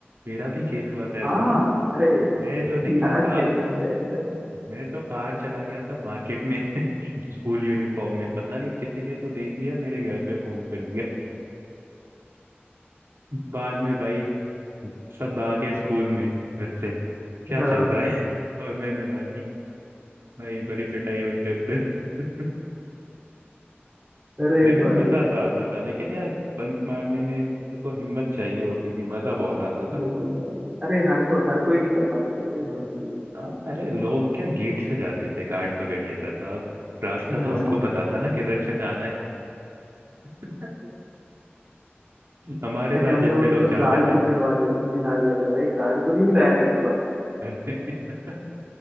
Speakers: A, on the right; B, on the right.
A: मेरा भी केस हुआ था
B: हाँ
A: ऐसा
B: अरे
A: <laughs> मैं जो निकला
B: याद
A: था
B: कैसे नहीं रहेगा
A: मैं जो बाहर चला गया था मार्केट में <laughs> स्कूल यूनिफॉर्म में पता नहीं किसी ने तो देख लिया मेरे घर पे फोन कर दिया बाद में भाई सब आ गए स्कूल में घर से क्या
B: हाँ
A: चल रहा है <laughs> और मैं मिला नहीं भाई बड़ी पिटाई हुई थी उस दिन <laughs>
B: अरे
A: लेकिन
B: भाई
A: मजा तो आता था लेकिन यार बंक मारने में देखो हिम्मत चाहिए होती थी मजा बहुत आता था
B: बिल्कुल भाई अरे हर को हर कोई नहीं कर पाता था भाई बंक भी
A: हाँ अरे लोग क्या गेट से जाते थे गार्ड पकड़ लेता था अब रास्ता
B: हाँ
A: तो हमको पता था ना किधर से जाना है <laughs> हमारे
B: अरे
A: साथ
B: हम
A: जितने
B: लोगों ने
A: लोग
B: तो
A: जाते
B: गार्ड
A: थे
B: को मिलवा लिया मिला लिया था भाई गार्ड को नहीं मिलाया था एक बार
A: <laughs>